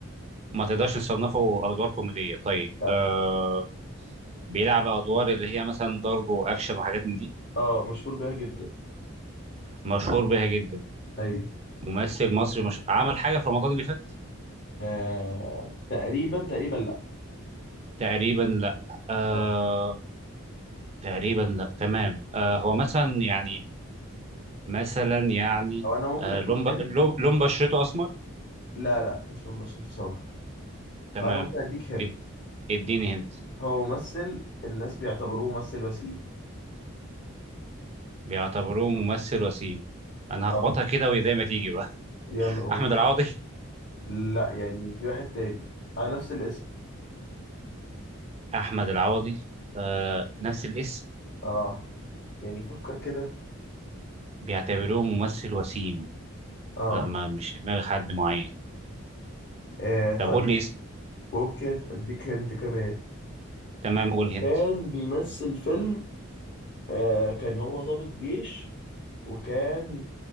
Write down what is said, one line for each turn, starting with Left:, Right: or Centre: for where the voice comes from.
Right: ما تقدرش تصنفه أدوار كوميدية طيب
Left: لا
Right: آه بيلعب أدوار اللي هي مثلا ضرب وأكشن وحاجات من دي
Left: اه مشهور بيها جدا
Right: مشهور بيها جدا
Left: ايوه
Right: ممثل مصري مش... عمل حاجة في رمضان اللي فات؟
Left: آه تقريبا تقريبا لا
Right: تقريبا لا آه
Left: اه
Right: تقريبا لا تمام آه هو مثلا يعني مثلا يعني
Left: او انا ممكن
Right: آه
Left: اديك
Right: لون
Left: هنت
Right: ب... لون لون بشرته أسمر
Left: لا لا مش توم باشا بتو سمرة
Right: تمام
Left: هو انا ممكن اديك هنت
Right: اد- اديني هنت
Left: هو ممثل الناس بيعتبروه ممثل وسيم
Right: بيعتبروه ممثل وسيم انا هخبطها
Left: اه
Right: كده وهي زي ما تيجي بقى
Left: يلا
Right: <laughs>
Left: قول
Right: احمد العوضي
Left: لا يعني في واحد تاني اه نفس الاسم
Right: احمد العوضي آه نفس الاسم
Left: اه يعني فكر كده
Right: بيعتبروه ممثل وسيم
Left: اه,
Right: لا ما مش في دماغي حد معين
Left: آه طيب
Right: طب قول لي اسم
Left: ممكن اديك هنت كمان
Right: تمام قول هنت
Left: كان بيمثل فيلم آه كان هو ضابط جيش وكان